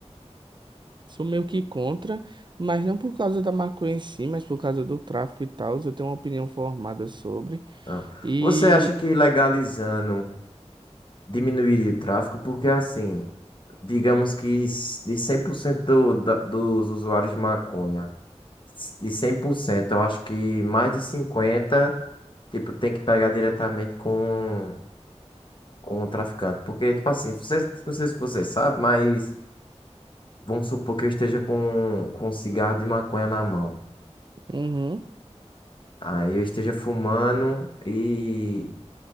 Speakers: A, on the right; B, on the left.
A: sou meio que contra, mas não por causa da maconha em si, mas por causa do tráfico e tal. Eu tenho uma opinião formada sobre.
B: Então,
A: E.
B: Você acha que legalizando diminuiria o tráfico? Porque, assim, digamos que s- de 100% do, da, dos usuários de maconha, s- de 100% eu acho que mais de 50%, tipo, tem que pegar diretamente com, com o traficante. Porque, tipo assim, você, não sei se você sabe, mas. Vamos supor que eu esteja com, com um cigarro de maconha na mão.
A: Uhum.
B: Aí eu esteja fumando e,